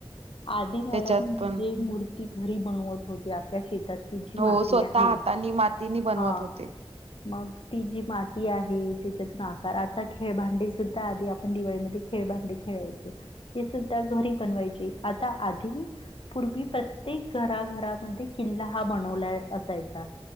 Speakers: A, on the left; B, on the right.
A: आधी गडम
B: त्याच्यात
A: म्हणजे
B: पण
A: मूर्ती घरी बनवत होती आपल्या शेतात- शेतात त्यांची
B: हो
A: माती
B: स्वतः
A: आहे
B: हातानी मातीनी बनवत
A: हा-
B: होते.
A: मग ती जी माती आहे त्याच्यातून आकार आता खेळभांडे सुद्धा आधी आपण दिवाळीमध्ये खेळभांडे - खेळायचो ते सुद्धा घरी बनवायचे आता आधी- पूर्वी प्रत्येक घरा-घरामध्ये किल्ला हा बनवला असायचा.